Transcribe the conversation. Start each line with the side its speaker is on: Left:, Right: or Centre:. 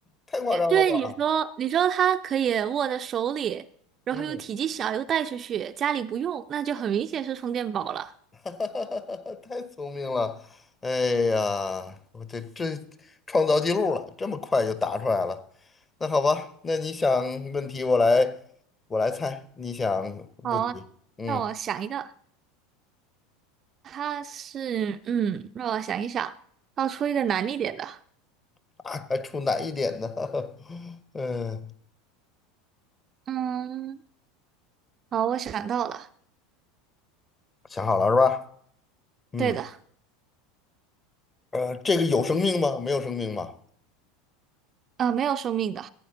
Left: 太夸张了吧？
Right: 也对，你说你说它可以握在手里，然后又体积小，
Left: 嗯
Right: 又带出去，家里不用，那就很明显是充电宝了。
Left: <laughs> 哈，太聪明了！哎呀，我这这创造记录了，这么快就答出来了。那好吧，那你想问题我来我来猜，你想不题，
Right: 好，
Left: 嗯
Right: 让我想一个，它是嗯，让我想一想，要出一个难一点的。
Left: 啊，还出难一点的，<laughs> 嗯，
Right: 嗯，好，我想到了，
Left: 想好了是吧？嗯，
Right: 对的，
Left: 呃，这个有生命吗？没有生命吧？
Right: 呃，没有生命的，